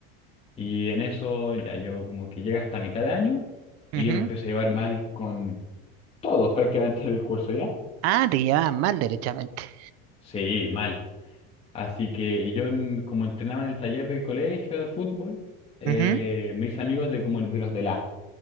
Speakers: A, on the left; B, on the right.
A: Y en eso ya yo como que llega hasta mitad de año
B: ujú.
A: y yo me empiezo a llevar mal con todos <laughs> prácticamente del curso ya.
B: Ah, te llevabas mal, derechamente.
A: Sí, mal. Así que y yo en- como entrenaba en el taller del colegio de fútbol, eh,
B: Ujú,
A: me hice amigos de como de los de la